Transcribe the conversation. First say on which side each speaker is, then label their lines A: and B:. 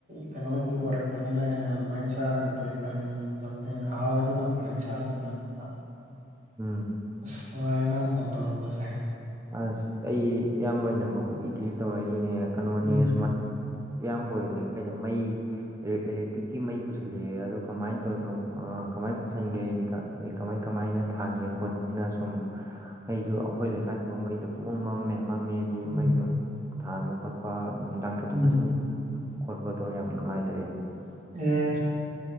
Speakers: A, on the right; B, on the right.
A: ꯀꯩꯅꯣꯒꯤ ꯑꯣꯏꯔꯛꯄꯅꯤꯅ ꯑꯩꯅ ꯑꯗꯨꯃꯥꯏꯅ ꯆꯥꯔꯒ ꯇꯣꯏ ꯀꯥꯟꯂꯛꯄꯅꯤꯅ ꯍꯥꯎꯋꯦ ꯑꯗꯨꯅ ꯐꯅꯩ ꯏꯁ ꯅꯨꯡꯉꯥꯏꯅꯤꯅ
B: ꯎꯝ
A: ꯑꯁ ꯅꯨꯡꯉꯥꯏꯔꯦ ꯅꯪ ꯐꯣꯟ ꯇꯧꯔꯛꯄꯁꯦ
B: ꯑꯁ ꯑꯩ ꯏꯌꯥꯝꯕ ꯅꯝꯕꯔ ꯀꯏꯗꯤ ꯇꯧꯔꯛꯏꯅꯦ ꯀꯩꯅꯣꯅꯦ
A: ꯎꯝ
B: ꯁꯨꯃꯥꯏ ꯏꯌꯥꯝꯕ ꯑꯣꯏ ꯂꯩ ꯀꯥꯏꯗ ꯃꯩ ꯑꯦꯦꯛꯇꯤꯛꯀꯤ ꯃꯩ ꯄꯨꯁꯜꯂꯛꯑꯦ ꯑꯗꯣ ꯀꯃꯥꯏꯅ ꯇꯧꯔꯤꯅꯣ ꯀꯃꯥꯏꯅ ꯄꯨꯁꯟꯒꯦ ꯍꯥꯏꯗꯤ ꯑꯩ ꯀꯃꯥꯏ ꯀꯃꯥꯏꯅ ꯊꯥꯟꯒꯦ ꯈꯣꯠꯀꯦꯅ ꯁꯨꯝ ꯑꯩꯁꯨ ꯑꯩꯈꯣꯏ ꯂꯩꯀꯥꯏ ꯑꯗꯣ ꯃꯩꯗꯣ ꯄꯂ ꯃꯝꯃꯦ ꯃꯝꯃꯦꯗꯤ
A: ꯎꯝ
B: ꯃꯩꯅꯨꯡ ꯊꯥꯟꯕ ꯈꯣꯠꯄ ꯅꯨꯡꯗꯥꯡ ꯆꯠꯊꯣꯛ
A: ꯎꯝ
B: ꯆꯠꯁꯤꯟ ꯈꯣꯠꯄꯗꯣ ꯌꯥꯝ ꯅꯨꯡꯉꯥꯏꯇꯔꯦ
A: ꯑꯦ